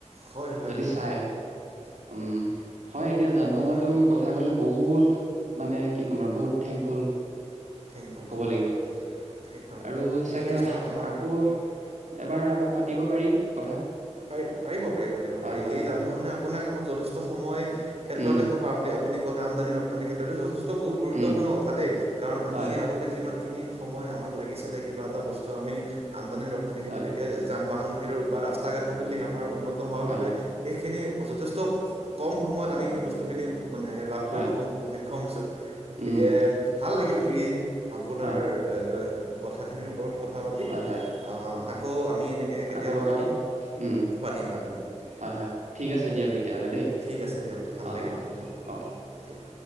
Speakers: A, on the right; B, on the right.
A: হয় হয়
B: যদি
A: হয়
B: চাই উম। হয়, এতিয়া যান বাহমতো
A: আপোনাৰ
B: কথা ক'লে বহুত। মানে কি ক'ম আৰু বহুত থেংকফুল
A: থেংকফুল থেংকফুল
B: ক'ব লাগিব।
A: একদম
B: আৰু
A: ই
B: চাগে
A: যথেষ্ট আমাৰ
B: আকৌ এবাৰ আকৌ পাতিব পাৰি কথা।
A: পাৰি পাৰিব, পাৰিব পাতিব
B: হয়
A: পাৰি
B: হয়
A: এই
B: হয়
A: যান-বাহনে আপোনাক আমাক। যথেষ্ট সময় ক্ষেত্ৰতে
B: উম
A: হওক বা <unintelligible> আপুনি কলে আমদানি ৰপ্তানিৰ ক্ষেত্ৰতে যথেষ্ট। ত' বহুত গুৰুত্বপূৰ্ণ
B: উম
A: কথা দেই। কাৰণ আমি
B: হয়
A: আগতে যিমান সময় আমাক লাগিছিলে, কিবা এটা বস্তু আমি আমদানি-ৰপ্তানিৰ ক্ষেত্ৰত
B: হয়
A: এতিয়া যান-বাহন <unintelligible> <unintelligible> আমাৰ উন্নত হোৱাৰ
B: হয়
A: বাবে সেইখিনিও যথেষ্ট কম সময়ত আমি সেই বস্তুখিনি মানে লাভ
B: হয়
A: কৰিব সক্ষম হৈছো, গতিকে
B: উম
A: ভাল লাগিলে। এই আপোনাৰ
B: হয়
A: এ কথাখিনিৰ ওপৰত কথা পাতি
B: হয় হয়
A: অ আকৌ আমি এনেকে কেতিয়াবা
B: আকৌ এবাৰ পাতিম উম
A: পাতিম পাতিম
B: হয় হয় ঠিক আছে দিয়ক তেতিয়াহ'লে। দেই
A: ঠিক আছে দিয়ক ভাল
B: অঁ
A: লাগিল
B: অঁ অঁ অ'কে
A: দিয়ক।